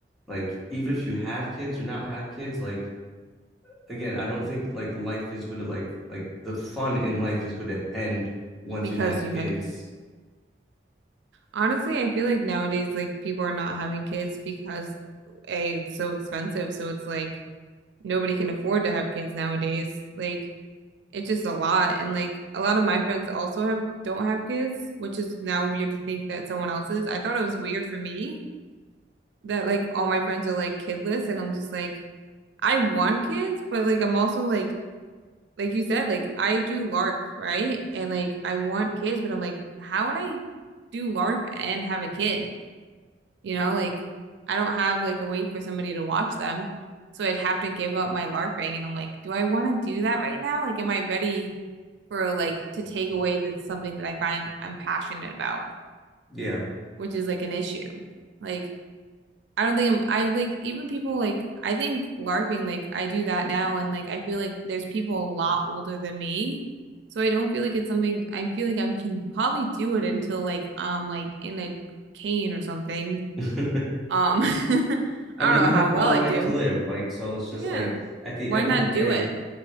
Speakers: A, in the centre; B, on the right (about 80°).
A: like even if you have kids or not have kids, like again, I don't think like life is going to like like the fun in life is going to end once
B: because
A: you have
B: you
A: kids.
B: had. Honestly, I feel like nowadays, like people are not having kids because A, it's so expensive. So it's like nobody can afford to have kids nowadays. Like it's just a lot. And like a lot of my friends also have don't have kids, which is now weird to think that someone else's. I thought it was weird for me that like all my friends are like kidless and I'm just like I want kids, but like I'm also like like you said, like I do LARP, right? And like I want kids, but I'm like, how would I do LARP and have a kid? You know, like I don't have like a way for somebody to watch them. So I'd have to give up my LARPing and I'm like, do I want to do that right now? Like, am I ready for like to take away the something that I find I'm passionate about,
A: Yeah.
B: which is like an issue. Like, I don't think I'm I like even people like I think LARPing, like I do that now and like I feel like there's people a lot older than me. So I don't feel like it's something I feel like I can probably do it until like I'm like in a cane or something
A: <laughs>
B: um, <laughs>
A: I
B: I
A: mean,
B: don't know
A: you have
B: how well
A: one
B: I
A: life
B: do.
A: to live, like so it's just
B: Yeah.
A: like at the
B: Why
A: end
B: not
A: of the day,
B: do it?